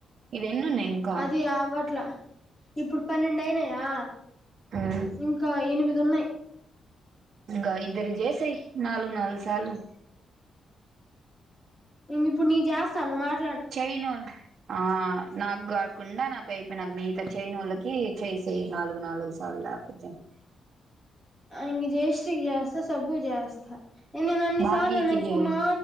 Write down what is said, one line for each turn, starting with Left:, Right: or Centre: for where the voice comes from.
Right: ఇవెన్నున్నాయి ఇంకా
Left: అది అవట్ల ఇప్పుడు పన్నెండయినయా
Right: మ్మ్
Left: ఇంకా ఎనిమిదున్నాయి
Right: ఇంకా ఇద్దరికి జెసెయ్ నాలుగు నాలుగు సాల్లు
Left: ఇంక ఇప్పుడు నీకు చేస్తా నువ్వుమాట్లాడు
Right: చేై నోల్ ఆ నాకు కాకుండా నాకయిపోయి నాకు మిగతా చేయనోళ్ళకి చేసేయి నాలుగు నాలుగు సార్లు చ్చం <unintelligible>
Left: ఇంక జయశ్రీ కి జేస్త సబ్బు కి జేస్తా నేను అన్ని
Right: భాగీకి
Left: సార్లు నన్న ఎక్కువ
Right: చేయి
Left: మా